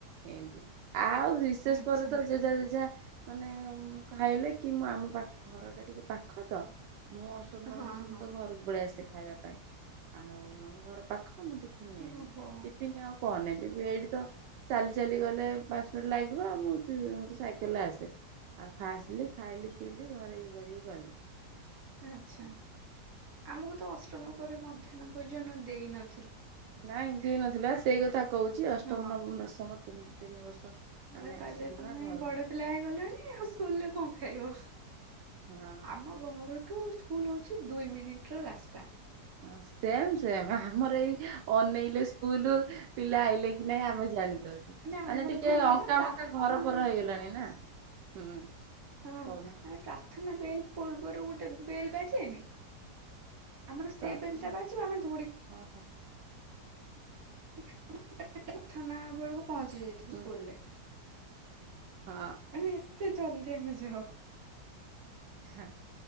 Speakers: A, on the right; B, on the right.
A: ଏମତି ଆଉ ବିଶେଷ
B: ଆଚ୍ଛା
A: ପରେ ତ ଜେଜା ଜେଜା ମାନେ ଉ ଖାଇଲେ କି ମୁଁ ଆମ ପାଖ ଘର ଟା ଟିକେ ପାଖ ତ ମୁଁ ଅଷ୍ଟମ ନବ
B: ହଁ
A: ଦ ସମ
B: ହଁ
A: ତ ଘରକୁ ପଳେଇ ଆସେ ଖାଇବା ପାଇଁ ଆଉ ଆମ ଘର ପାଖ ହ ମୁଁ ଟିଫିନ ନିଏନି
B: ଓହୋ।
A: ଟିଫିନ ଆଉ କଣ ନେବି ଏଇଠି ତ ଚାଲି ଚାଲି ଗଲେ ପାଞ୍ଚ ମିନିଟ ଲାଗିବ ଆଉ ମୁଁ ଚି ସାଇକେଲରେ ଆସେ ଆଉ ଖାଇଆସିଲି ଖାଇଲି ପିଇଲି ଘରେ ଇଏ କରିକି ଗଲେ
B: ଆଛା ଆମକୁ ତ ଅଷ୍ଟମ ପରେ ମଧ୍ୟାହ୍ନ ଭୋଜନ ଦେଇନ
A: ନାଇ ଦେଇ ନଥିଲା ପା ସେଇ କଥା କହୁଛି ଅଷ୍ଟମ
B: ହଁ
A: ନବମ ଦଶମ ତି ତିନି ବର୍ଷ
B: ମତେ
A: ଆମେ
B: କହିଲେ
A: ଆସିଲୁ
B: ତମେ
A: ନା ଘରକୁ
B: ବଡ ପିଲା ହେଇଗଲେଣି ଆଉ ସ୍କୁଲରେ କଣ ଖାଇବ
A: ହଁ
B: ଆମ ଘରଠୁ ସ୍କୁଲ ହଉଛି ଦୁଇ ମିନିଟ ର ରାସ୍ତା।
A: ହ ସେମ ସେମ ଆମର ଏଇ ଅନେଇଲେ ସ୍କୁଲ ପିଲା ଆଇଲେ କି ନାଇଁ ଆମେ ଜାଣି ଦଉଛ ମାନେ
B: ଆମର
A: ଟିକେ
B: କଣ କହିଲ
A: ଅଙ୍କା
B: ପ୍ରାର୍ଥନା
A: ମଙ୍କା ଘର ପର ହେଇଗଲାଣି ନା ହୁଁ
B: ହଁ
A: କହୁନ
B: ମାନେ ପ୍ରାର୍ଥନା ବେଲ ପୂର୍ବରୁ ଗୋଟେ ବେଲ ବାଜେନି ଆମର ସେ
A: ପ୍ରାର୍ଥନା
B: ବେଲଟା ବାଜିବା ଆମେ ଦ‌ଉଡି
A: ହଁ ହଁ
B: <unintelligible> ପ୍ରାର୍ଥନା ବେଳକୁ ପହଞ୍ଚି ଯାଇଥିବ
A: ହୁଁ।
B: ସ୍କୁଲ ରେ
A: ହଁ
B: ମାନେ ଏତେ ଜଲଦି ଆମେ ଯାଉ
A: ହଁ